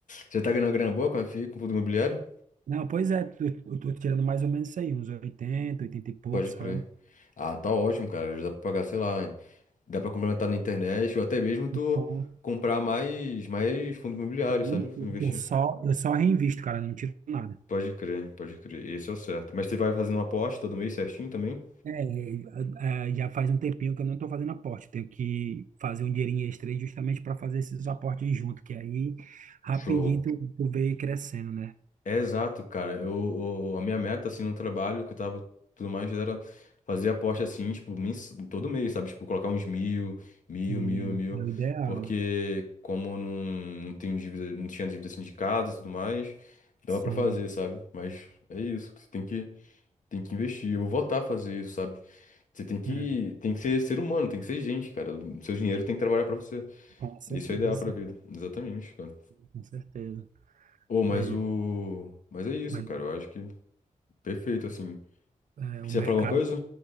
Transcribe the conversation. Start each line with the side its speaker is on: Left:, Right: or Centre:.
Left: Você tá ganhando grana boa com a FI, com fundo imobiliário?
Right: Não, pois é, eu eu tô tirando mais ou menos isso aí, uns 80 80 e pouco,
Left: Pode
Right: sabe?
Left: crer. Ah, tá ótimo, cara. Já dá pra pagar, sei lá. Dá pra complementar na internet ou até mesmo tu
Right: Bom,
Left: comprar mais, mais fundo imobiliário,
Right: e
Left: sabe?
Right: eu
Left: Investir.
Right: eu só, eu só reinvisto, cara, não tiro nada.
Left: Pode crer, pode crer. Esse é o certo. Mas você vai fazendo uma aposta todo mês certinho também?
Right: É, é, é, já faz um tempinho que eu não estou fazendo aporte. Eu Tenho que fazer um dinheirinho extra aí justamente para fazer esses aportes junto, que aí rapidinho
Left: Show.
Right: tu, tu vê crescendo, né?
Left: É exato, cara. Eu, eu- a minha meta, assim, no trabalho que eu tava tudo mais era fazer aposta, assim, tipo, mens... todo mês, sabe? Tipo, colocar uns mil, mil,
Right: Sim,
Left: mil, mil.
Right: é o ideal.
Left: Porque como eu não, não tenho dívida, não tinha dívida sindicada e tudo mais, dava
Right: Sim,
Left: pra fazer, sabe? Mas é isso. Você tem que Tem que investir. Eu vou voltar a fazer isso, sabe? Você tem que,
Right: é,
Left: tem que ser ser humano, tem que ser gente, cara. O seu dinheiro tem que trabalhar pra você.
Right: com certeza,
Left: Isso é ideal pra vida. Exatamente, cara.
Right: com certeza.
Left: Ô, mas
Right: Mas,
Left: o. Mas é isso,
Right: mas
Left: cara. Eu acho que perfeito, assim.
Right: é, o
Left: Você
Right: mercado
Left: ia falar alguma coisa?